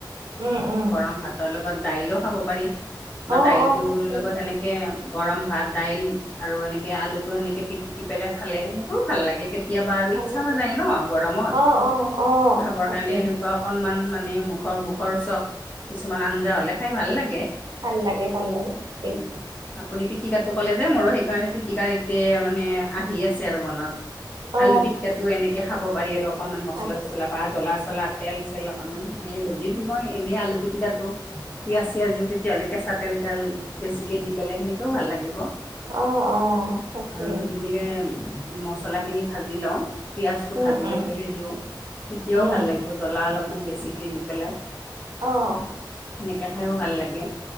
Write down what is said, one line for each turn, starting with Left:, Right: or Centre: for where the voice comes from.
Right: উম, উম,
Left: গৰম ভাতৰ ল গত দাইলো খাব পাৰি
Right: অ',
Left: বা দাইলটোৰ
Right: অ', তাকে
Left: লগত সেনেকে গৰম ভাত দাইল আৰু এনেক আলুটো এনেকে পিটিকি পেলাই খালে, এনেকেও ভাল লাগে কেত তিয়াবা আৰু
Right: ভাল
Left: ইচ্ছা
Right: লাগে
Left: নাযায় ন গৰমত
Right: অ', অ', অ',
Left: খাবৰ
Right: তাকে
Left: কাৰণে এনুকুৱা অকনমান মানে মুখৰ মুখৰ চক কিছুমান আঞ্জা হ'লে খাই ভাল লাগে।
Right: ভাল লাগে ভাল লাগে ঠিকে।
Left: উম, আপুনি পিতিকাটো ক'লে যে, মোৰো সেইকাৰণে পিতিকাৰ এতিয়া মানে আহি আছে আৰু মনত।
Right: অ',
Left: আলু পিটকাটো এনেকে খাব পাৰি আৰু অকনমান মছলা
Right: ভাল
Left: চছলা বা জ্বলা চলাত তেল চেল অকণমান এনেই যদি মই এনেই আলু পিটিকাটো পিয়াছ চিয়াজ দিও তেতিয়াহ'লে কেঁচা তেল তেল বেছিকে দি পেলাই সেনেকেও ভাল লাগিব।
Right: অ', অ তাকে
Left: আৰু যদি বোলে মছ চলা খিনি ভাজি লও পিয়াছটো
Right: উম,
Left: ভাজি
Right: উম,
Left: লৈ পেলাই দিও তেতিয়াও
Right: উম,
Left: ভাল লাগে। জ্বলা অলপমান বেছিকে দি পেলাই
Right: অহ।
Left: সেনেকে খাইও ভাল লাগে।